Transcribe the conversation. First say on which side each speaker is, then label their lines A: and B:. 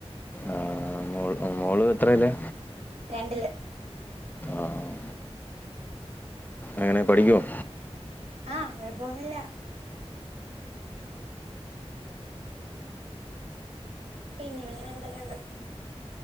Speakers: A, on the left (about 15°); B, on the right (about 70°).
A: ആഹ് മോള് മോ മോള് എത്രലാ?
B: രണ്ടില്.
A: ആഹ് എങ്ങനെ പഠിക്കുവോ?
B: ആഹ് കൊഴപ്പൊന്നുല്ല പിന്നെ വേറെ എന്തൊക്കെയൊണ്ട്?